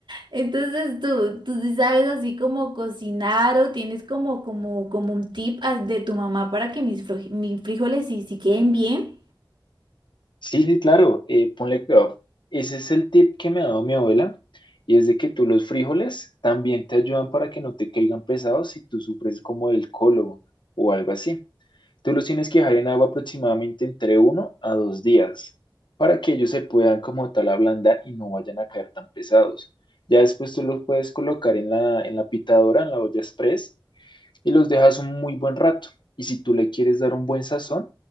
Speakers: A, on the right; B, on the left.
A: Entonces tú, tú sí sabes así como cocinar o tienes como, como, como un tip as- de tu mamá para que mis, froj- mis frijoles sí, sí queden bien.
B: Sí, sí, claro, eh, ponle cuidado. Ese es el tip que me ha dado mi abuela y es de que tú los frijoles también te ayudan para que no te caigan pesados si tú sufres como del colon o algo así. Tú los tienes que dejar en agua aproximadamente entre uno a dos días para que ellos se puedan como tal ablandar y no vayan a caer tan pesados. Ya después tú los puedes colocar en la, en la pitadora, en la olla express, y los dejas un muy buen rato. Y si tú le quieres dar un buen sazón,